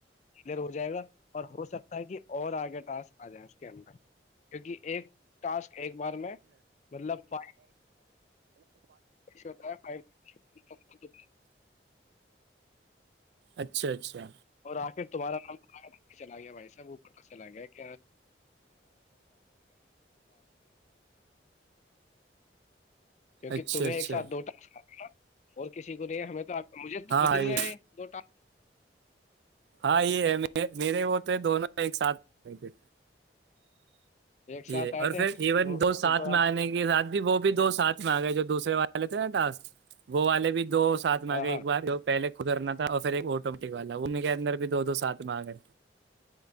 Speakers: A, on the left; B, on the right.
A: کلیئر ہو جائے گا اور ہو سکتا ہے کہ اور آگے ٹاسک آ جائےیں اس کے اندر کیونکہ ایک ٹاسک ایک بار میں مطلب ف فتا ہے ف
B: اچھا اچھا
A: اور آخر تمہارا نام چلا گیا بھائی صاحب او چلا گیاگٹ کیوںک
B: اچھا
A: کہ تمہیں
B: اچھا
A: ایک سات دوٹ ہ اور کسی کو نہیں ہمیں تو مجھے
B: ہاں
A: خود نہیں
B: یہ
A: آئے دو ٹم
B: ہاں یہ ہے میرے وہ تھے دونوں ایک ساتھ تھے
A: ٹاسک ایک ساتھ
B: یہ اور
A: آئے
B: پھر
A: تھے
B: ایون
A: تو اوپر
B: دوست ساتھ
A: والے
B: میں آنے کے ساتھ بھی وہ دو ساتھ میں آ گئے جو دوسرے والے تھے نا ڈاس وہ والے بھی دو ساتھ میں آگے
A: ہاں
B: ایک
A: ہاں
B: بار جو پہلے کدرنا تھا اور پھر ایک ٹ والا وہ میرے اندر بھی دو دو ساتھ مانگ ہے